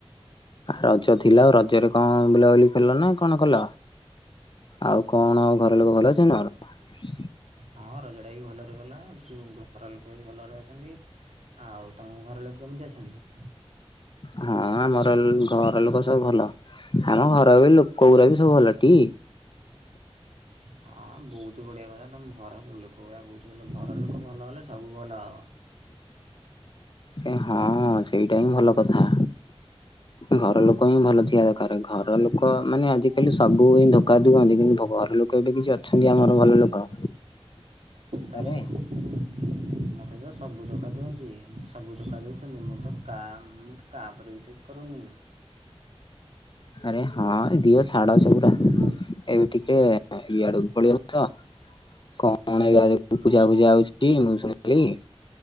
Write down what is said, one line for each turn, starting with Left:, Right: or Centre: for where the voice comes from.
Left: ରଜ ଥିଲା ଆଉ ରଜରେ କଣ ବୁଲାବୁଲି ଖଲ ନା କଣ କଲ? ଆଉ କଣ ଘର ଲୋକ ଭଲ ଅଛନ୍ତି?
Right: ହଁ ରଜଟା ବି ଭଲରେ ଗଲା ଘର ଲୋକ ବି ଭଲରେ ଅଛନ୍ତି। ଆଉ ତମ ଘର ଲୋକ କେମିତି ଅଛନ୍ତି?
Left: ହଁ ଆମର ଘର ଲୋକ ସବୁ ଭଲ। ଆମ ଘରବି ଲୋକ ଗୁରାକ ବି ସବୁ ଭଲଟି।
Right: ହଁ ବହୁତ ବଢ଼ିଆ କଥା ତମେ ଘର ଲୋକ ଗୁଡ଼ାକ ବହୁତ ଭଲ ଘର ଲୋକ ଭଲ ହେଲେ ସବୁ ଭଲ ହେବ।
Left: ଆରେ ହଁ ସେଇଟା ହିଁ ଭଲ କଥା। ଘର ଲୋକ ହିଁ ଭଲ ଥିବା ଦରକାର ଘର ଲୋକ ମାନେ ଆଜିକାଲି ସବୁ ହିଁ ଧୋକା ଦିଅନ୍ତି କିନ୍ତୁ ଘର ଲୋକ ଏବେ କିଛି ଅଛନ୍ତି ଆମର ଭଲ ଲୋକ
Right: ତରେ
Left: ଆରେ
Right: <inaudible> ମତେ ତ ସବୁ ଧୋକା ଦିଅନ୍ତି ସବୁ ଧୋକା ଦଉଛନ୍ତି ମୁଁ ତ କା ମୁଁ କା ଉପରେ ବିଶ୍ୱାସ କରୁନି।
Left: ଆରେ ହଁ
Right: ତୁ
Left: ଦିଅ ଛାଡ
Right: ଛାଡ଼ ସେ
Left: ସେଗୁରା
Right: କଥା
Left: ଏବେ ଟି ଏ ଇଆଡକୁ
Right: ଇଆଡ଼କୁ
Left: ପଳିଆସ
Right: ପଳେଇ ଆସ
Left: ତ କଣ ଏଗା ପୂଜା ଫୂଜା ହୋଉଛି ମୁଁ ଶୁ ଏଇ